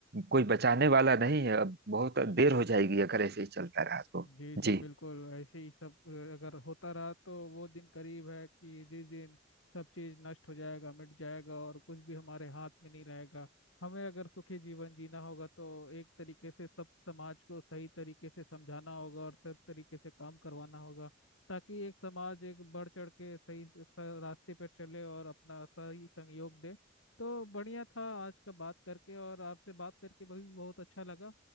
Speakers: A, on the right; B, on the left.
A: कोई बचाने वाला नहीं है अब बहुत देर हो जाएगी अगर ऐसे ही चलता रहा तो
B: जी जी
A: जी
B: बिल्कुल ऐसे ही सब अ, अगर होता रहा तो वो दिन करीब है कि जिस दिन सब चीज नष्ट हो जाएगा मिट जाएगा और कुछ भी हमारे हाथ में नहीं रहेगा हमें अगर सुखी जीवन जीना होगा तो एक तरीके से सब समाज को सही तरीके से समझाना होगा और सब तरीके से काम करवाना होगा ताकि एक समाज एक बढ़ चढ़ के सही स- रास्ते पर चले और अपना सही सहयोग दे तो बढ़िया था आज का बात करके और आपसे बात करके भी बहुत अच्छा लगा